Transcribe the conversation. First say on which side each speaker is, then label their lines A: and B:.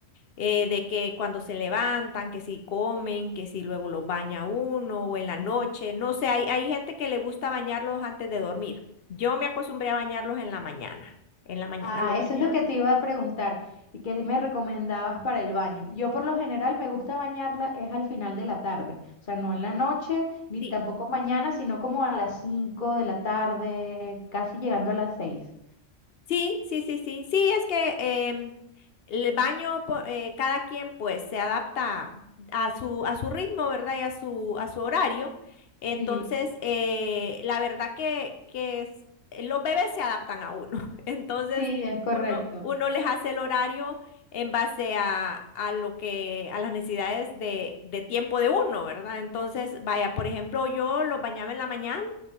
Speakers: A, on the left (about 55°); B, on the left (about 40°).
A: eh, de que cuando se levantan, que si comen, que si luego los baña uno o
B: Ujú.
A: en la noche, no sé, hay, hay gente que le gusta bañarlos antes de dormir. Yo me acostumbré a bañarlos en la mañana. En la mañana
B: Ah,
A: los
B: eso
A: bañaba.
B: es lo que te iba a preguntar. ¿Y qué me recomendabas para el baño? Yo por lo general me gusta bañarla es al final de la tarde, o sea, no en la noche ni
A: Sí,
B: tampoco mañana, sino como a las cinco de la tarde, casi llegando a las seis.
A: sí, sí, sí, sí, sí, es que em, El baño, po- eh, cada quien pues se adapta a su, a su ritmo, ¿verdad? Y a su, a su horario. Entonces,
B: Sí,
A: eh, la verdad que, que es- eh, los bebés se adaptan a uno. <laughs> Entonces,
B: Sí, es correcto.
A: uno, uno les hace el horario en base a, a lo que, a las necesidades de, de tiempo de uno, ¿verdad? Entonces, vaya, por ejemplo, yo los bañaba en la mañana